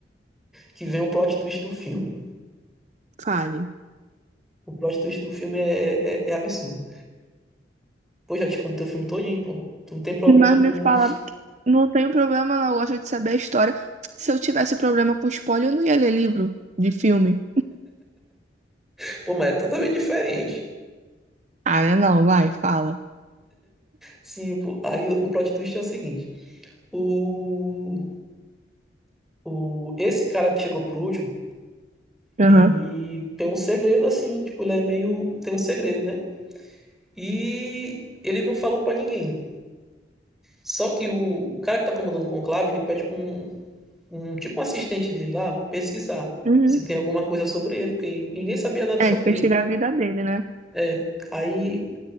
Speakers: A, in the centre; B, on the right.
A: que vem o plot twist do filme.
B: fale.
A: O plot twist do filme é, é, é absurdo. Pô, já te contei o filme todinho, pô. Tu não tem problema
B: Mas
A: com.
B: me fala, porque não tenho problema, não. Eu gosto de saber a história. Se eu tivesse problema com spoiler, eu não ia ler livro de filme.
A: <laughs> Pô, mas é totalmente diferente.
B: Ah, né? Não, vai, fala.
A: Sim, pô. Aí o plot twist é o seguinte: o. o esse cara que chegou por último,
B: Aham.
A: ele tem um segredo assim, tipo, ele é meio. Tem um segredo, né? E ele não falou para ninguém. Só que o, o cara que tá comandando o conclave, ele pede pra um, um tipo um assistente dele lá pesquisar
B: Uhum.
A: se tem alguma coisa sobre ele, porque ninguém sabia nada
B: É,
A: sobre
B: investigar
A: ele.
B: a vida dele, né?
A: É, aí,